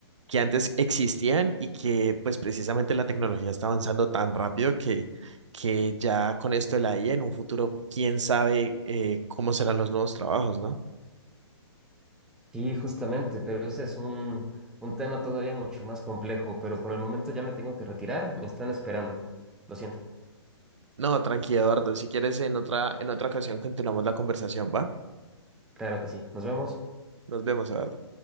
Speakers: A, on the right (about 90°); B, in the centre.
A: que antes existían y que pues precisamente la tecnología está avanzando tan rápido que, que ya con esto de la IA en un futuro, quién sabe eh, cómo serán los nuevos trabajos, ¿no?
B: Sí, justamente, pero ese es un, un tema todavía mucho más complejo, pero por el momento ya me tengo que retirar, me están esperando. Lo siento.
A: No, tranquilo, Eduardo. Si quieres, en otra, en otra ocasión continuamos la conversación, ¿va?
B: Claro que sí. Nos vemos.
A: Nos vemos, Eduardo.